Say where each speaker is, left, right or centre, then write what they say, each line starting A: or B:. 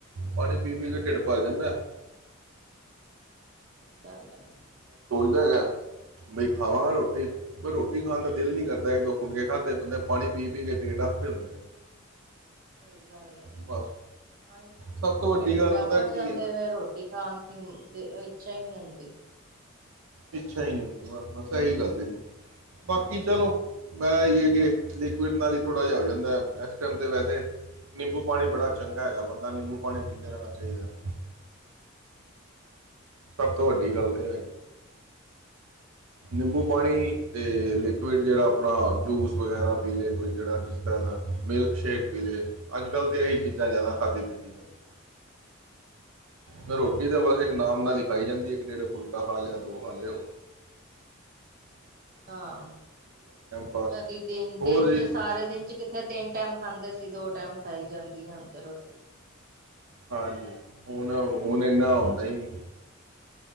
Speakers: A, on the right; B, on the right.
A: ਪਾਣੀ ਪੀ-ਪੀ ਕੇ ਢਿੱਡ ਪਰ ਜਾਂਦਾ।
B: ਸਹੀ, <unintelligible>
A: ਕੁ ਹੋਗਿਆ ਬਈ ਖਾਵਾਂਗਾ ਰੋਟੀ ਪਰ ਰੋਟੀ ਖਾਣ ਦਾ ਦਿਲ ਨੀ ਕਰਦਾ ਇੱਕ ਦੋ ਖਾਧੇ
B: ਹਾਂ
A: ਬੰਦਾ ਪਾਣੀ ਪੀ ਪੀ ਕੇ, ਰੀਡਫ, ਨੇ
B: ਸਹੀ ਗੱਲ ਹੈ
A: ਬਸ
B: ਪਾਣੀ ਪੀ-ਪੀ
A: ਸਭ ਤੋਂ ਵੱਡੀ
B: ਕੇ ਢਿੱਡ
A: ਗੱਲ ਪਤਾ
B: ਆਫਰ
A: ਕੀ
B: ਜਾਂਦੇ
A: ਹੈ
B: ਹੋਏ ਰੋਟੀ ਖਾਣ ਦੀ ਇੱਛਾ ਹੀ ਨੀ ਹੁੰਦੀ। ਦੀ,
A: ਇੱਛਾ ਹੀ ਨੀ ਹੁੰਦੀ ਬਸ ਬਸ ਇਹੀ ਗੱਲ ਹੈ ਜੀ ਬਾਕੀ ਚਲੋ ਮੈਂ ਹੈ ਕਿ ਲਿਕੁਇਡ ਨਾਲ ਹੀ ਥੋੜ੍ਹਾ ਜਿਹਾ ਹੋ ਜਾਂਦਾ ਇਸ ਟਾਈਮ ਤੇ ਵੈਸੇ ਨਿੰਬੂ ਪਾਣੀ ਬੜਾ ਚੰਗਾ ਹੈਗਾ ਬੰਦਾ ਨਿੰਬੂ ਪਾਣੀ ਪੀਂਦੇ ਰਹਿਣਾ ਚਾਹੀਦਾ। ਸਭ ਤੋਂ ਵੱਡੀ ਗੱਲ ਤਾਂ ਹੈ ਨਿੰਬੂ ਪਾਣੀ ਤੇ ਲਿਕੁਇਡ ਜਿਹੜਾ ਆਪਣਾ ਜੂਸ ਵਗੈਰਾ ਪੀ ਲਏ ਕੋਈ ਜਿਹੜਾ ਜਿਸ ਤਰ੍ਹਾਂ ਦਾ ਮਿਲਕ ਸ਼ੇਕ ਪੀ ਲਏ ਅੱਜ ਕੱਲ੍ਹ ਤਾਂ ਇਹੀ ਚੀਜ਼ਾਂ ਜ਼ਿਆਦਾ ਖਾਦੀ ਪੀਤੀ ਜਾਂਦੀ ਫੇਰ ਰੋਟੀ ਦਾ ਬਸ ਇੱਕ ਨਾਮ ਨਾਲ ਹਾਜੀ ਇੱਕ ਡੇਢ ਫੁਲਕਾ ਖਾ ਲਿਆ ਦੋ ਖਾ ਲਿਐ।
B: ਹਾਂ
A: ਪਾਸ
B: ਕਦੀ ਦਿਨ-ਦਿਨ
A: ਹੋਰ ਜੀ
B: ਚ ਸਾਰੇ ਦਿਨ ਚ ਕਿਥੇ ਤਿੰਨ ਟੈਮ ਖਾਂਦੇ ਸੀ ਦੋ ਟਾਈਮ ਖਾਈ ਜਾਂਦੀ ਹਨ ਤੇ ਰੋਟੀ
A: ਹਾਂਜੀ, ਹੁਣ-ਹੁਣ ਇਨਾ ਆਦਾ ਹੀ ਨੀ